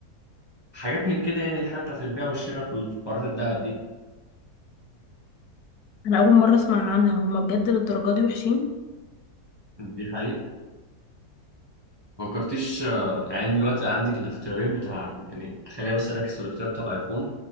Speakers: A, on the right; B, on the left.
A: حاجات من كده يعني الحاجات بتاعت البيع والشراء في الحوارات الذهب دي
B: انا اول مره اسمع عنها هما بجد للدرجه دي وحشين
A: دي حقيقة فكرتيش آه، يعني دلوقتي عندك الاختيارين بتاع يعني خلينا بس نركز في الاختيار بتاع الأيفون